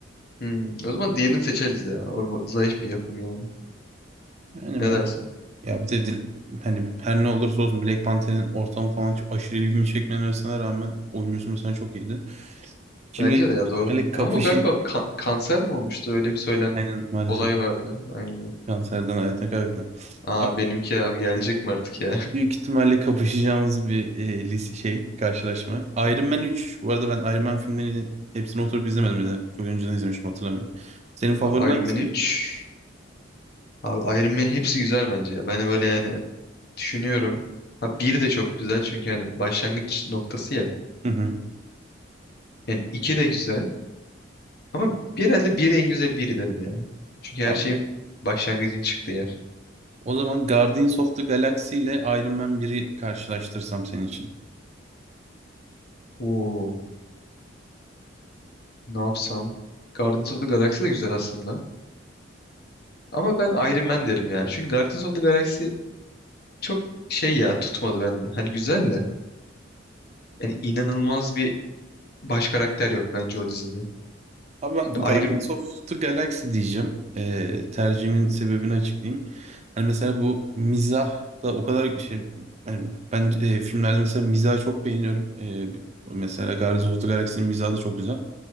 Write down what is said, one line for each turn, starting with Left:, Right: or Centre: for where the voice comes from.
Left: Hmm, o zaman diğerini seçeriz ya. O va- zayıf bir yapım yani.
Right: Yani
Left: Ne
Right: ben
Left: dersin?
Right: ya bir de dil- hani her ne olursa olsun Black Panther'in ortamı falan çok aşırı ilgimi çekmemesine rağmen oyuncusu mesela çok iyiydi. Şimdi
Left: Bence de ya doğru
Right: böyle
Left: diyorsun.
Right: kapışı
Left: Ama o galiba ka- kanser mi olmuştu? Öyle bir söylen
Right: aynen maalesef
Left: olay vardı. Aynen.
Right: kanserden hayatını kaybetti.
Left: Aa
Right: Abi,
Left: benimki abi gelecek mi artık ya?
Right: büyük ihtimalle kapışacağımız bir e, lis- şey karşılaşma. Iron Man üç Bu arada ben Iron Man filmlerini hepsini oturup izlemedim bir de. Çok önceden izlemiştim hatırlamıyorum. Senin
Left: <laughs>
Right: favorin
Left: Abi
Right: hangisi?
Left: Iron Man 3. Abi Iron Man hepsi güzel bence ya. Ben böyle yani düşünüyorum. Ha bir de çok güzel çünkü yani başlangıç noktası ya.
Right: Hı hı.
Left: Yani iki de güzel. Ama bir- herhalde biri en güzel biri derim ya. Çünkü her
Right: Tamam.
Left: şey başlangıcın çıktığı yer.
Right: O zaman Guardians of the Galaxy ile Iron Man 1'i karşılaştırsam senin için.
Left: Oo, ne yapsam? Guardians of the Galaxy de güzel aslında. Ama ben Iron Man derim ya. Çünkü Guardians of the Galaxy çok şey ya tutmadı bende. Hani güzel de. Yani inanılmaz bir baş karakter yok bence o dizide.
Right: Abi ben
Left: Şimdi
Right: Guardians
Left: Iron...
Right: of the Galaxy diyeceğim. Ee, tercihimin sebebini açıklayayım. Hani mesela bu mizah da o kadar şey hani ben e, filmlerde mesela mizahı çok beğeniyorum. Ee, mesela Guardians of the Galaxy'nin mizahı da çok güzel.